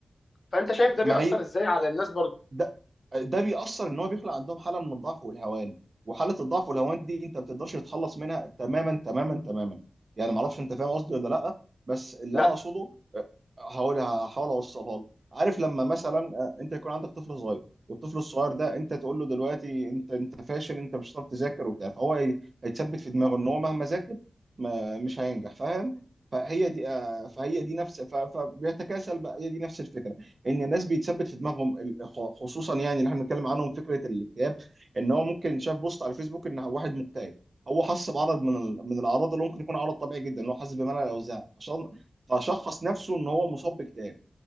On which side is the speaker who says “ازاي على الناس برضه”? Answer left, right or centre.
Left